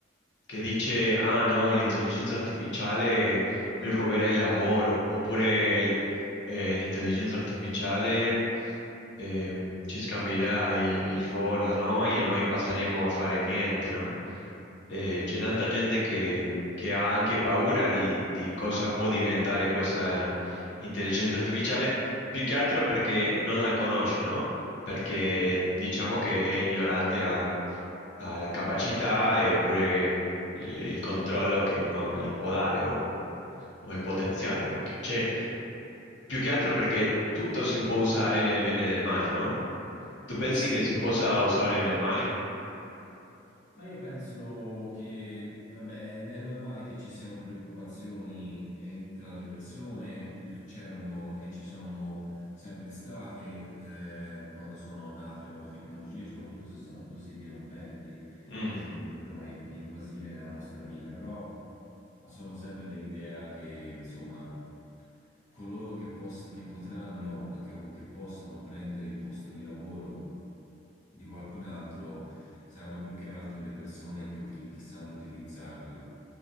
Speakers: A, on the left (about 70°); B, on the left (about 40°).
A: che dice, ah no, l'intelligenza artificiale mi ruberà il lavoro, oppure il- eh, l'intelligenza artificiale ehm, ci scambierà il, il ruolo a noi e noi passeremo a fare niente, no? Eh, c'è tanta gente che, che ha anche paura di, di cosa può diventare questa intelligenza artificiale, più che altro perché non la conosce, no? perché diciamo che è ignorante a- alla capacità e pure il, il controllo che uno gli può dare o, o il potenziale anche. Cioè, più che altro perché tutto si può usare nel bene e nel male, no? Tu pensi
B: Sì,
A: che si
B: ma...
A: possa usare nel male?
B: Ma io penso che, vabbè, è, è normale che ci siano preoccupazioni eh, tra le persone, l- c'erano e ci sono sempre state eh, quando sono nate nuove tecnologie, soprattutto se sono così dirompenti
A: Mm,
B: e, in- insomma, in- e invasive nella nostra vita, però ma sono sempre dell'idea che, insomma, coloro che, poss- che potranno o che, o che possono prendere il posto di lavoro di qualcun altro saranno più che altro le persone che, utili- che sanno utilizzarla,